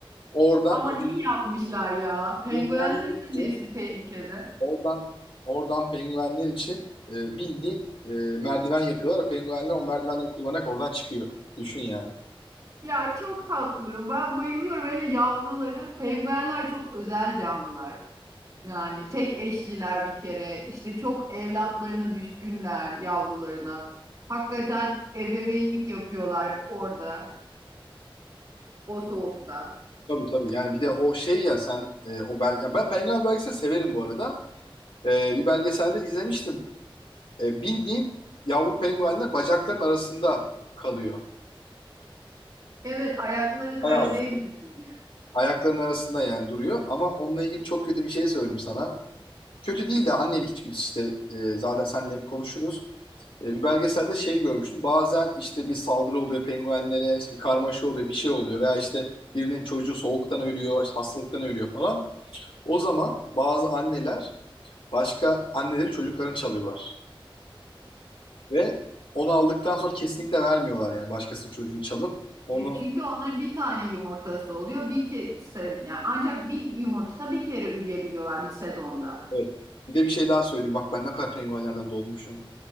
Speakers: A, on the left (about 70°); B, on the right (about 35°).
A: oradan
B: Aman
A: pe-
B: iyi yapmışlar ya. Penguenlerin
A: penguenler
B: de
A: için
B: nesli tehlikede.
A: oradan oradan penguenler için e, bildiğin e, merdiven yapıyorlar. Penguenler o merdivenleri kullanarak oradan çıkıyor. Düşün yani.
B: Ya çok tatlı. Ben bayılıyorum. Hele yavruları. Penguenler çok özel canlılar. Yani tek eşliler bir kere, işte çok evlatlarına düşkünler, yavrularına. Hakikaten ebeveynlik yapıyorlar orada, o soğukta.
A: Tabii tabii yani bir de o şey ya sen e, o bel ya ben penguen belgeseli severim bu arada. E, bir belgeselde izlemiştim. E, bildiğin yavru penguenler bacakların arasında kalıyor.
B: Evet, ayakları kara
A: Bayağı
B: değmesin diye.
A: ayaklarının arasında yani duruyor. Ama onunla ilgili çok kötü bir şey söyleyeyim sana. Kötü değil de annelik içgüdüsü işte. Ee, zaten seninle hep konuşuruz. Ee, bir belgeselde şey görmüştüm. Bazen işte bir saldırı oluyor penguenlere, işte bir karmaşa oluyor, bir şey oluyor. Veya işte birinin çocuğu soğuktan ölüyor, işte hastalıktan ölüyor falan. O zaman bazı anneler başka annelerin çocuklarını çalıyorlar. Ve onu aldıktan sonra kesinlikle vermiyorlar yani başkasının çocuğunu çalıp onu...
B: <laughs> Çünkü onların bir tane yumurtası oluyor. Bir kese, yani ancak bir yumurta bir kere üreyebiliyorlar bir sezonda.
A: Evet. Bir de bir şey daha söyleyeyim. Bak ben ne kadar penguenlerden dolmuşum.